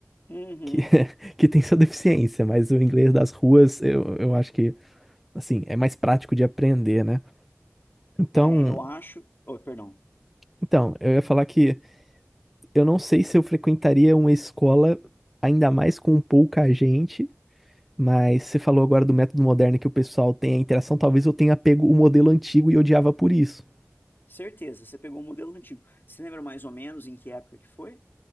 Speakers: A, on the left; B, in the centre.
A: Uhum.
B: Que, <laughs> que tem sua deficiência, mas o inglês das ruas eu, eu acho que, assim, é mais prático de aprender, né? Então,
A: É, eu acho. Oh, perdão.
B: então, eu ia falar que eu não sei se eu frequentaria uma escola ainda mais com pouca gente, mas você falou agora do método moderno que o pessoal tem a interação, talvez eu tenha pego o modelo antigo e odiava por isso.
A: Certeza, você pegou o modelo antigo. Você lembra mais ou menos em que época que foi?